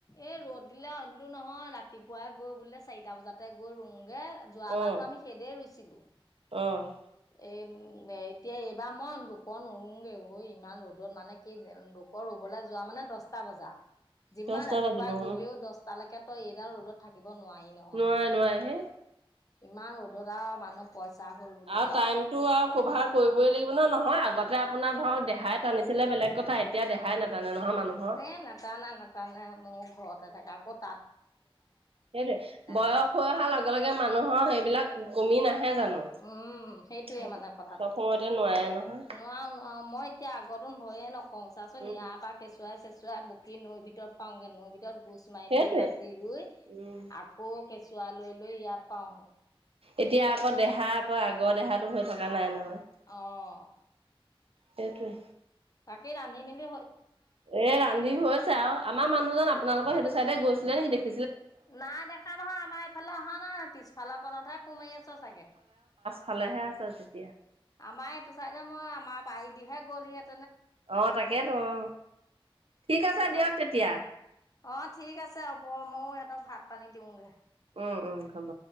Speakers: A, on the left (about 40°); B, on the right (about 85°).
A: এ ৰ'দ দিলেটো নহয় ৰাতিপুৱাই গৈ বোলে চাৰিটা বজাতে গৈ ৰও। যোৱাবাৰটো
B: অ',
A: আমি সেইদেই ৰুইছিলো।
B: অ',
A: এই এতিয়া এইবাৰ মই দুকন নৰোগৈ ঐ ইমান ৰ'দত মানে কি লোকৰ বলা যোৱা মানে দশটা বজা যিমান
B: দহটা
A: ৰাতিপুৱাই
B: বাজিব উম,
A: গ'লেও দশ টা লৈকে তই এইডাল ৰ'দত থাকিব। থাকিব নোৱাৰি নহয়
B: নোৱাৰে নোৱাৰে হেই।
A: ইমান ৰদত আৰু মানু পইচা হ'ল। উলিয়াও।
B: আৰু টাইমটো আৰু কভাৰ কৰিবই লাগিব নহয়, নহয় আগতে আপোনাৰ ধৰক দেহাই টানিছিলে বেলেগ কথা এতিয়া দেহাই নাটানে নহয় মানুহৰ।
A: এ নাটানে - নাটানে মোৰ ঘৰতে থাকে আক'ত
B: সেইটোৱে বয়স
A: যে।
B: হৈ অহা লগে - লগে মানুহৰ সেইবিলাক কমি নাহে জানো?
A: উম, সেইটোয়ে
B: সেইটো
A: মানে কথাটো
B: চব সময়তে
A: নোৱাৰো
B: নোৱাৰে নহয়,
A: - নোৱাৰো মই এতিয়া আগতো ভয়ে নকও চাচোন
B: উম,
A: ইয়াৰ পৰা কেচুৱাই চেচুৱাই বকি নৈৰ ভিতৰত পাওগে নৈ ভিতৰত গুচ মাৰি
B: সেইটোৱে,
A: - মাৰি মাতি ৰুই
B: উম।
A: আকৌ কেচুৱা লৈ লৈ ইয়াত পাওহি।
B: এতিয়া আকৌ দেহা আকৌ আগৰ দেহাটো হৈ থকা নাই ন।
A: অ',
B: সেইটোৱে
A: বাকি ৰান্ধি মিলি
B: এ ৰান্ধি হৈছে আৰু আমাৰ মানুহজন আপোনালোকৰ সেইটো চাইডে গৈছিলে নেকি দেখি
A: নাই দেখা নহয় আমাৰ এইফালে অহা নাই নহয় পিছফালৰ কণতহে কোমাৰি আছে চাগে।
B: ভালেহে আছে উচিত
A: আমাৰ এইটো চাইডে মই আমাৰ পাৰি দিহে গ'ল সি
B: আহ তাকেইেতো অ, ঠিক আছে
A: এইফালে।
B: দিয়ক তেতিয়া।
A: অ, ঠিক আছে হ'ব ময়ো ইহতক ভাত পানী দিওগৈ।
B: উম - উম হ'ব।